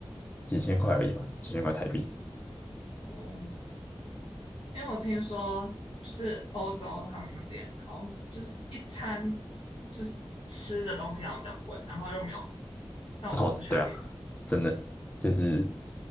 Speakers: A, on the left; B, on the left.
A: 几千块而已吧，几千块台币。
B: 好哦。因为我听说就是欧洲他们那边好像就是一餐就是吃的东西好像比较贵，然后又没有很好吃，但我我不确定。
A: 哦，对啊，真的就是